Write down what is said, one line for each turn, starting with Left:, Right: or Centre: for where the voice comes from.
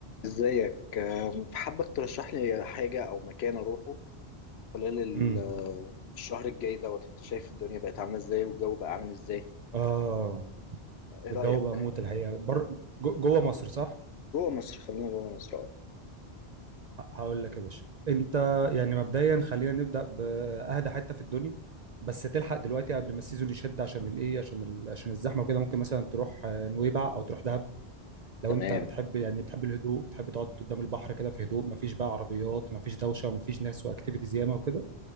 Left: ازيك أم، حابك ترشح لي حاجة أو مكان أروحه خلال ال-
Right: امم
Left: آه، الشهر الجاي دوت أنت شايف الدنيا بقت عاملة إزاي والجو بقى عامل إزاي
Right: اه
Left: إيه رأيك؟
Right: الجو بقى موت الحقيقه بر... جو- جوه مصر صح
Left: جوه مصر خلينا جوه مصر أه
Right: ه- هقول لك يا باشا انت يعني مبدئيا خلينا نبدا باهدى حته في الدنيا بس تلحق دلوقتي قبل ما السيزون يشد عشان الايه عشان ال... عشان الزحمه وكده ممكن مثلا تروح آه، نويبع او تروح دهب لو
Left: تمام
Right: انت بتحب يعني بتحب الهدوء بتحب تقعد قدام البحر كده في هدوء مفيش بقى عربيات ومفيش دوشه ومفيش ناس واكتيفيتيز ياما وكده